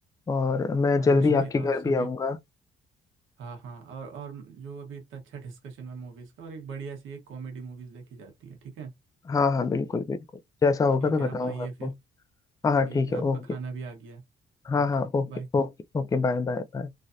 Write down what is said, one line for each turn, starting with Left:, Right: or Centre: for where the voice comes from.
Left: और मैं
Right: आदर्श
Left: जल्दी हम्म।
Right: भाई
Left: आपके घर
Right: आपसे
Left: भी
Right: भी
Left: आऊँगा
Right: हाँ हाँ और और जो अभी इतना अच्छा डिस्कशन है मूवीज़ का और एक बढ़िया सी एक कॉमेडी मूवीज़ देखी जाती है ठीक है
Left: हाँ हाँ बिल्कुल बिल्कुल जैसा होगा
Right: ठीक
Left: मैं
Right: है
Left: बताऊँगा
Right: आप आइए
Left: आपको
Right: फिर
Left: हाँ हाँ
Right: ठीक
Left: ठीक
Right: है
Left: है
Right: आपका
Left: ओके
Right: खाना भी आ गया है
Left: हाँ
Right: Okay
Left: हाँ okay
Right: bye
Left: okay okay bye bye bye